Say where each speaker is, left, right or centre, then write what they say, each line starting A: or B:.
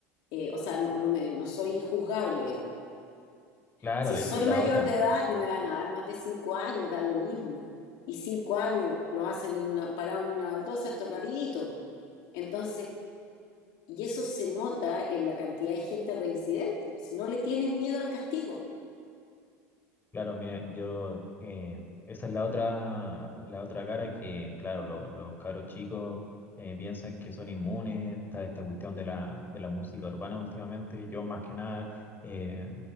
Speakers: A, on the left; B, on the left.
A: Eh, o sea, no, no, me, no soy juzgable, digamos.
B: claro,
A: Si
B: esa
A: soy
B: es la
A: mayor
B: otra.
A: de edad, no me van a dar más de cinco años, da lo mismo. Y cinco años lo hacen en una, parado en una baldosa, esto es rapidito. Entonces, y eso se nota en la cantidad de gente reincidente. Si no le tienen miedo al castigo.
B: Claro, mire, yo, eh, esa es la otra, la otra cara que, claro, lo- los caros chicos eh, piensan que son inmunes, está esta cuestión de la, de la música urbana últimamente, yo más que nada eh,